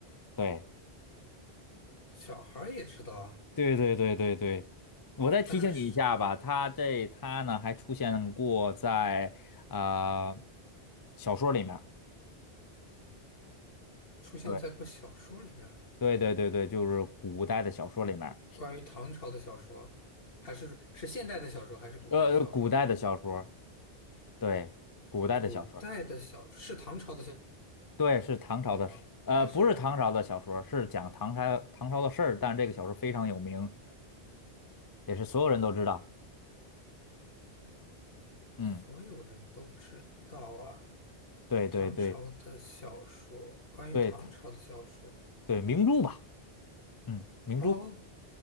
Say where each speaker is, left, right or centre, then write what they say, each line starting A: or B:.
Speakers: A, on the left; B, on the left.
A: 对。
B: 小孩儿也知道啊，
A: 对对对对对，我再提醒你一下吧，
B: 但是
A: 他这他呢还出现过在啊、呃小说里面儿
B: 出现在过小说里面儿
A: 对对对对对，就是古代的小说里面儿
B: 关于唐朝的小说，还是是现代的小说，还是古代的小说？
A: 呃，古代的小说，对，古代的小说，
B: 古代的小是唐朝的小
A: 对，是唐朝的事，
B: 说吗？
A: 呃，
B: 还是
A: 不是唐朝的小说，是讲唐朝唐朝的事儿，但是这个小说非常有名，也是所有人都知道，嗯，
B: 所有人都知道啊？
A: 对对对
B: 唐朝的小说，关于唐朝的小说，
A: 对对，明珠吧，嗯，明珠，
B: 哦。